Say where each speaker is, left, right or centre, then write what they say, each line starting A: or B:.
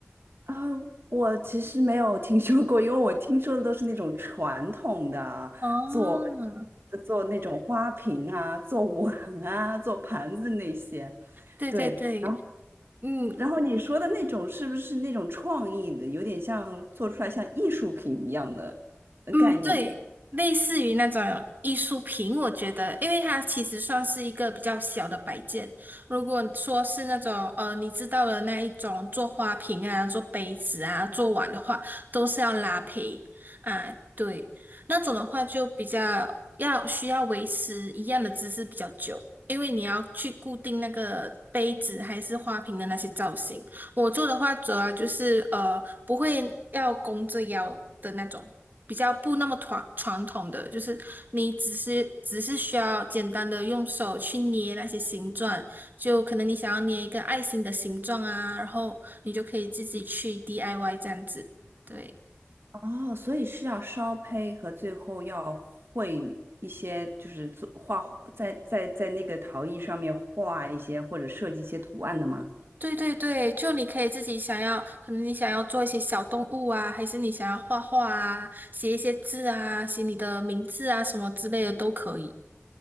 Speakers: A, on the right (about 60°); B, on the right (about 45°).
A: 啊，我其实没有听说过，因为我听说的都是那种传统的，
B: 哦，
A: 做呃做那种花瓶啊，做碗啊，做盘子那些。
B: 对对对，
A: 对，然后
B: 嗯，
A: 然后你说的那种是不是那种创意的，有点像做出来像艺术品一样的呃概念的？
B: 嗯，对，类似于那种艺术品，我觉得，因为它其实算是一个比较小的摆件。如果说是那种呃，你知道的那一种做花瓶啊、做杯子啊、做碗的话，都是要拉胚啊，对，那种的话就比较要需要维持一样的姿势比较久，因为你要去固定那个杯子还是花瓶的那些造型。我做的话，主要就是呃，不会要弓着腰的那种，比较不那么传传统的，就是你只是只是需要简单的用手去捏那些形状，就可能你想要捏一个爱心的形状啊，然后你就可以自己去 DIY 这样子。对，
A: 哦，所以是要烧胚和最后要绘一些，就是做画，在在在那个陶艺上面画一些或者设计一些图案的吗？
B: 对对对，就你可以自己想要，可能你想要做一些小动物啊，还是你想要画画啊，写一些字啊，写你的名字啊什么之类的都可以。